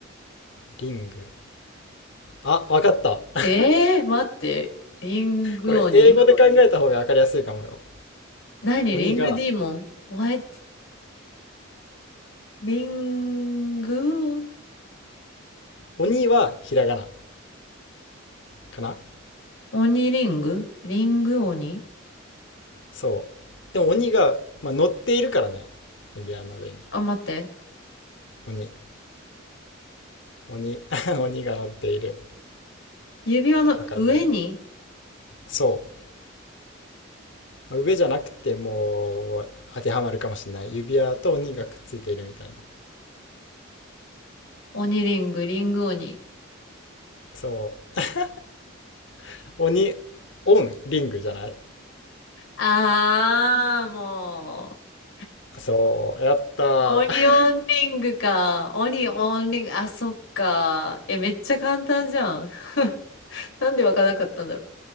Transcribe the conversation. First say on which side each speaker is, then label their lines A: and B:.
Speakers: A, on the left; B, on the left.
A: リング。あ、わかった。<laughs>
B: えー、待って。リング鬼
A: これ英語で考えた方がわかりやすいかもよ。
B: 何リングディーモン
A: 鬼が
B: ?What? リング
A: 鬼はひらがなかな
B: 鬼リングリング鬼
A: そう。でも鬼が、まあ、乗っているからね。指輪の上に。
B: あ、待って。
A: 鬼。鬼。<laughs> 鬼が乗っている。
B: 指輪の上に
A: わかるそう。まあ上じゃなくてもう当てはまるかもしれない。指輪と鬼がくっついているみたいな。
B: 鬼リング、リング鬼。
A: そう。<laughs> 鬼、オン、リングじゃない
B: あー、もう。
A: そう。やったー。
B: オリオンリングか。オリオンリング、あ、そっか。え、めっちゃ簡単じゃん。<laughs> なんでわからなかったんだろう。